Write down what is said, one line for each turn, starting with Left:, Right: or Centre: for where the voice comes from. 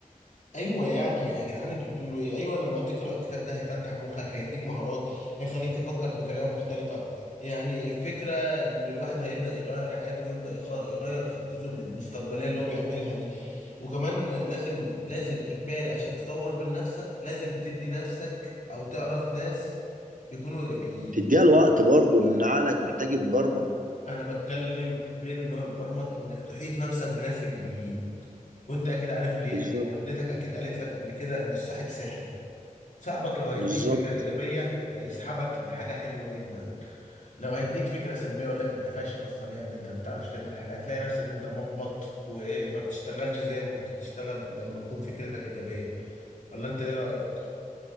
Left: ايوه يعني يا جدعان انتوا بتقولوا ايه ايوه لما تقرا الكتاب ده هيفتح مخك هيديك مهارات هيخليك تفكر بطريقه مختلفه يعني الفكره ان الواحد هيبدا يغير حياته ويبدا يخ- يغير خطته المستقبليه اللي هو بيعملها دي وكمان لازم لازم اجباري عشان تطور من نفسك لازم تدي نفسك او تعرف ناس يكونوا ايجابيين
Right: تديها الوقت برضه ان عقلك محتاج يتبرمج
Left: انا بتكلم غير ان هو يتبرمج انك تحيط نفسك بناس ايجابيين وانت اكيد عارف ليه
Right: بالظبط
Left: يعني والدتك اكيد قالت لك قبل كده ان الصاحب ساحب صاحبك لو هيديك
Right: بالظبط
Left: فكرة إيجابية هيسحبك لحاجة حلوة جدا لو هيديك فكرة سلبية يقول لك أنت فاشل أصلا يا ابني أنت ما بتعرفش تعمل حاجة هتلاقي نفسك أنت محبط وما بتشتغلش زي ما كنت بتشتغل لما تكون فكرتك إيجابية ولا أنت إيه رأيك؟